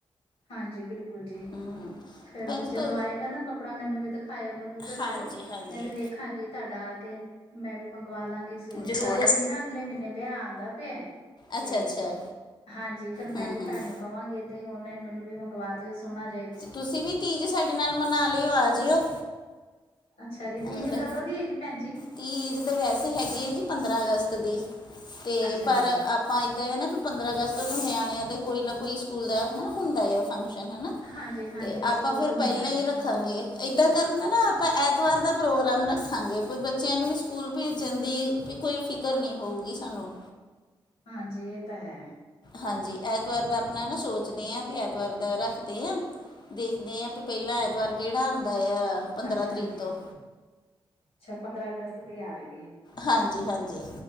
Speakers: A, on the left; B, on the left.
A: ਹਾਂਜੀ ਬਿਲਕੁਲ ਜੀ
B: ਹੂੰ
A: ਫਿਰ
B: ਤੇ ਭੈਣ ਜੀ
A: ਜਦੋਂ
B: ਤੁ
A: ਆਏਗਾ ਨਾ ਕੱਪੜਾ ਮੈਨੂੰ ਵੀ ਦਿਖਾਇਓ ਮੈਨੂੰ ਵੀ ਦੱਸਿਓ
B: ਹਾਂਜੀ ਹਾਂਜੀ
A: ਮੈਂ ਵੀ ਵੇਖਣ ਹਾਂਜੀ। ਤੁਹਾਡਾ ਆ ਕੇ ਮੈਂ ਵੀ ਮੰਗਵਾ ਲਵਾਗੀ ਸੂਟ
B: ਜ਼ਰੂਰ
A: ਸਾਨੂੰ ਵੀ ਨਾ ਅਗਲੇ ਮਹੀਨੇ ਵਿਆਹ ਆਉਂਦਾ ਪਿਆ ਤੇ
B: ਅੱਛਾ ਅੱਛਾ
A: ਹਾਂਜੀ ਫਿਰ ਮੈਂ
B: ਹੂੰ
A: ਵੀ
B: ਹੂੰ
A: ਤੁਹਾਨੂੰ ਕਵਾਗੇ ਤੇ ਓਨਲਾਈਨ ਮੈਨੂੰ ਵੀ ਮੰਗਵਾ ਦਿਓ ਸੋਹਣਾ ਜਿਹਾ ਇਕ
B: ਤੁਸੀਂ ਵੀ ਤੀਜ ਸਾਡੇ ਨਾਲ ਮਨਾ ਲਿਓ ਆ ਜਿਓ।
A: ਅੱਛਾ ਜੀ ਤੀਜ
B: ਅਗਲੇ
A: ਕਦੋਂ ਦੀ ਹਗੀ? ਭੈਣ ਜੀ
B: ਤੀਜ ਤਾਂ ਵੈਸੇ ਹੈਗੀ ਹੈ ਜੀ ਪੰਦਰਾਂ ਅਗਸਤ ਦੀ ਅਤੇ
A: ਅੱਛਾ
B: ਪਰ
A: ਜੀ
B: ਆਪ ਪਾਈਦੇ ਨਾ ਵੀ ਪੰਦਰਾਂ ਅਗਸਤ ਨਿਆਣਿਆਂ ਦੇ ਕੋਈ ਨਾ ਕੋਈ ਸਕੂਲ ਦਾ ਹਨਾ ਹੁੰਦਾ ਆ ਫੰਕਸ਼ਨ ਹਨਾ।
A: ਹਾਂਜੀ ਹਾਂਜੀ
B: ਤੇ ਆਪਾਂ
A: ਸਕੂਲ
B: ਫੇਰ
A: ਤੋਂ ਹੁੰਦਾ
B: ਪਹਿਲਾਂ
A: ਹੈ।
B: ਹੀ ਰੱਖ ਹਾਂਜੀ। ਏਦਾਂ ਕਰਨਾ ਆਪਾਂ ਐਤਵਾਰ ਦਾ ਪ੍ਰੋਗਰਾਮ ਰੱਖਾਂਗੇ ਬ੍ ਬਚਿਆ ਨੂੰ ਵੀ ਸਕੂਲ ਭੇਜਣ ਦੀ ਵੀ ਕੋਈ ਫਿਕਰ ਨਹੀਂ ਹੋਊਗੀ ਸਾਨੂੰ
A: ਹਾਂਜੀ ਇਹ ਤਾਂ ਹੈ।
B: ਹਾਂਜੀ। ਐਤਵਾਰ ਦਾ ਆਪਣਾ ਨਾ ਸੋਚਦੇ ਹਾਂ ਵੀ ਐਤਵਾਰ ਦਾ ਰੱਖਦੇ ਹਾਂ ਦੇਖਦੇ ਹਾਂ ਪਹਿਲਾਂ ਐਤਵਾਰ ਕਿਹੜਾ ਆਉਂਦਾ ਆ। ਪੰਦਰਾਂ
A: ਅੱਛਾ
B: ਤਰੀਕ
A: ਜੀ
B: ਤੋਂ
A: ਅੱਛਾ ਪੰਦਰਾਂ ਅਗਸਤ ਤੇ ਆ ਰਹੀ ਏ।
B: ਹਾਂਜੀ- ਹਾਂਜੀ